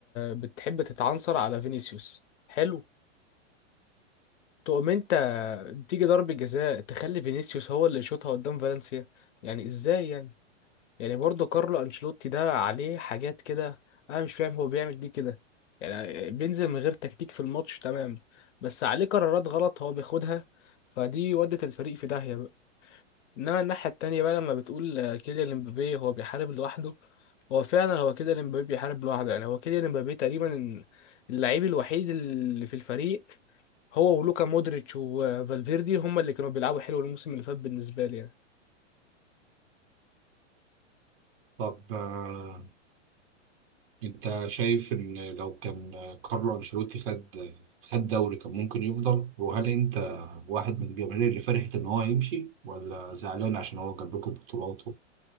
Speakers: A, on the left; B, on the right.
A: بتحب تتعنصر على فينيسيوس حلو تقوم أنت تيجي ضربة جزاء تخلي فينيسيوس هو اللي يشوطها قدام فالنسيا يعني إزاي يعني يعني برضه كارلو انشيلوتي ده عليه حاجات كده انا مش فاهم هو بيعمل دي كده يعني بينزل من غير تكتيك في الماتش تمام بس عليه قرارات غلط هو بياخدها فدي ودت الفريق في داهية بقى انما الناحية التانية بقى لما بتقول آه، كيليان امبابي هو بيحارب لوحده هو فعلا هو كده امبابي بيحارب لوحده يعني هو كيليان امبابي تقريبا اللعيب الوحيد اللي في الفريق هو ولوكا مودريتش وفالفيردي هم اللي كانوا بيلعبوا حلو الموسم اللي فات بالنسبة لي يعني
B: طب آه، انت شايف ان لو كان كارلو انشيلوتي خد خد دوري كان ممكن يفضل وهل انت واحد من الجماهير اللي فرحت ان هو يمشي ولا زعلان عشان هو جاب لكم بطولات